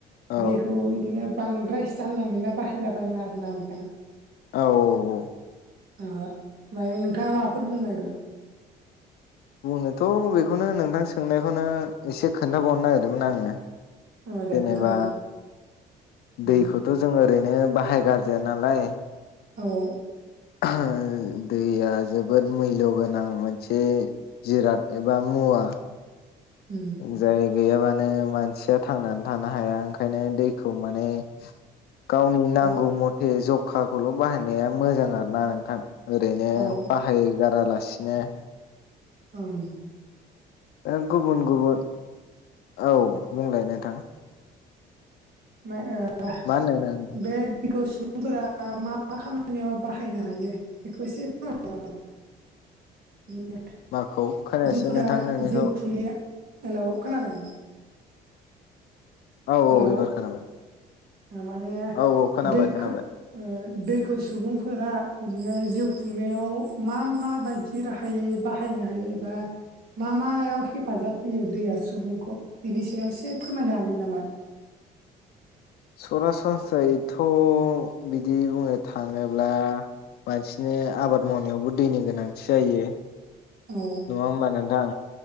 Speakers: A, on the left (about 70°); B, on the right (about 65°).
A: औ
B: दैखौ बिदिनो बांद्राय जानला मोनला बाहायलाबायनो आरो ना नोंथां
A: औ औ
B: ओमफ्राय नोंथांङा माफोर बुंनायदोंं
A: बुंनोथ' बेखौनो नोंथां सोंनायखौनो एसे खोन्थाबावनो नागिरदोंमोन आंङो
B: औ दे
A: जेनेबा
B: खोन्थाहरलाय उम
A: दैखौ थ' जों ओरैनो बाहाय गारजाया नालाय
B: औ
A: <unintelligible> दैया जोबोद मुल्य गोनां मोनसे जिराद एबा मुवा
B: उम
A: जाय गैयाबानो मानसिया थांनानै थानो हाया ओंखायनो दैखौ माने गावनि नांगौ
B: औ
A: मथे जखाखौल' बाहायनाया मोजां आरोना नोंथां ओरैनो
B: औ
A: बाहायगारा लासिनो
B: ओम
A: दा गुबुन गुबुन औ बुंलाय नोंथां
B: मा ओ
A: मा होनदों नों
B: बे दैखौ सुबुंफोरा मा मा खामानियाव बाहायनो हायो बेखौ एसे फोरमाय <unintelligible> <unintelligible>
A: माखौ खोनायासै
B: सुबुंफोरा
A: नोंथां नोंनिखौ
B: जिउ खुंनायलायाव हेलौ खोनादों हेल'
A: औ-औ एबार खोनाबाय
B: माने
A: औ औ खोनाबाय
B: दैखो
A: खोनाबाय
B: दैखौ सुबुंफोरा बिदिनो जिउ खुंनायाव मा मा बायदि जि राहायै बाहायनो हायो एबा मा मायाव हेफाजाब होयो दैया सुबुंखौ बेनि सायाव एसे फोरमायनो हागोन नामा
A: सरासनस्रायैथ' बिदि बुंनो थांङोब्ला मानसिनि आबाद मावनायावबो दैनि गोनांथि जायो
B: औ
A: नंङा होमबा नोंथां